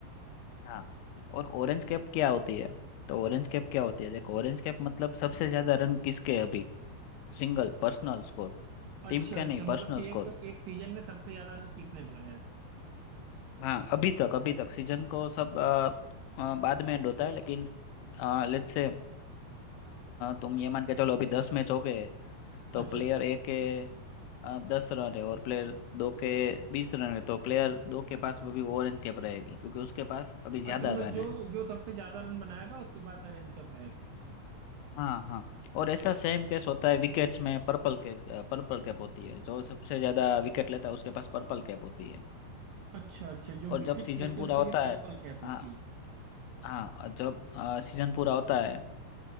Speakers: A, on the left (about 90°); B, on the right (about 75°).
A: हाँ और ऑरेंज कैप क्या होती है तो ऑरेंज कैप क्या होती है देखो ऑरेंज कैप मतलब सबसे ज्यादा रन किसके अभी सिंगल पर्सनल स्कोर टीम
B: अच्छा
A: के
B: अच्छा
A: नहीं
B: मतलब
A: पर्सनल
B: कि
A: स्कोर
B: एक एक सीजन में सबसे ज्यादा रन किसने बनाया है
A: हाँ अभी तक अभी तक सीजन को सब अ, अ, बाद में एंड होता है लेकिन लेट्स से तुम ये मान के चलो अभी दस मैच हो गए
B: अच्छा
A: तो प्लेयर ए के अ, दस रन है और प्लेयर दो के बीस रन है तो प्लेयर दो के पास अभी ओरेंज कैप रहेगी क्योंकि उसके पास अभी ज्यादा
B: अच्छा मतलब
A: रन
B: जो
A: है
B: जो सबसे ज्यादा रन बनाएगा उसके पास ऑरेंज कैप रहेगी
A: हाँ हाँ और ऐसा सेम केस होता है विकेट्स में पर्पल कैच पर्पल कैप होती है जो सबसे ज्यादा विकेट लेता है उसके पास पर्पल कैप होती है
B: अच्छा अच्छा जो
A: और
B: विकेट्स
A: जब सीजन
B: लेते
A: पूरा
B: हैं उनके
A: होता
B: लिए पर्पल
A: है
B: कैप होती
A: हाँ
B: है
A: हाँ और जब सीजन पूरा होता है